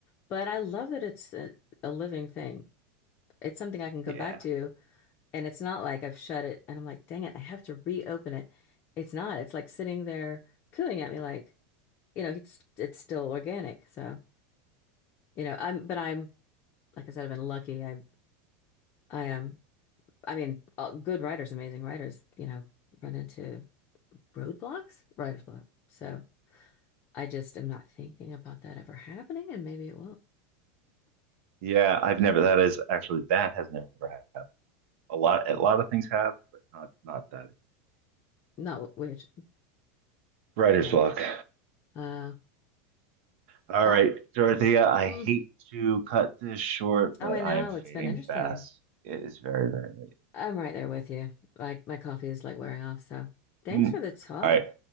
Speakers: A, on the left (about 35°); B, on the right (about 65°).
A: But I love that it's a, a living thing. It's something I can come
B: Yeah,
A: back to, and it's not like I've shut it and I'm like, dang it, I have to reopen it. It's not. It's like sitting there cooing at me, like, you know, it's it's still organic. So, you know, I'm, but I'm, like I said, I've been lucky. I I am. I mean, all, good writers, amazing writers, you know, run into roadblocks, writer's block. So. I just am not thinking about that ever happening, and maybe it will.
B: yeah. I've never. That is actually that has never happened. A lot a lot of things have, but not not that.
A: Not which,
B: Writer's
A: but,
B: block.
A: uh,
B: All
A: oh,
B: right, Dorothea, I
A: mm,
B: hate to cut this short, but
A: oh, I know.
B: I am fading
A: It's been interesting.
B: fast. It is very, very late.
A: I'm right there with you. Like, my coffee is like wearing off, so thanks
B: Mm.
A: for the talk.
B: All right.